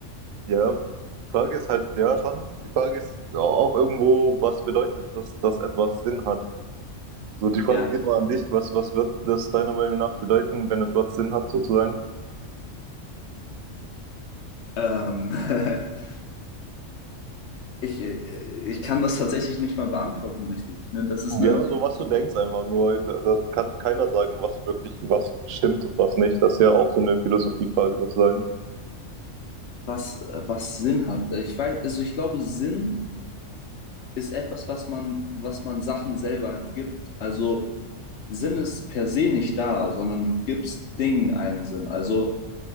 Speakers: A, on the right; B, on the left.
A: Ja, die Frage ist halt, ja schon, die Frage ist auch irgendwo, was bedeutet das, dass etwas Sinn hat? So, die Frage
B: Ja.
A: geht mal an dich, was, was wird das deiner Meinung nach bedeuten, wenn etwas Sinn hat, sozusagen?
B: Ähm, <laughs> ich, äh, ich kann das tatsächlich nicht mal beantworten, richtig. Ne? Das ist
A: Ja,
B: eine,
A: so was du denkst einfach nur, da da kann keiner sagen, was wirklich, was stimmt und was nicht. Das ist ja auch so eine Philosophiefrage sozusagen.
B: was, äh, was Sinn hat. Ich weiß, also ich glaube, Sinn ist etwas, was man, was man Sachen selber gibt. Also Sinn ist per se nicht da, sondern du gibst Dingen einen Sinn. Also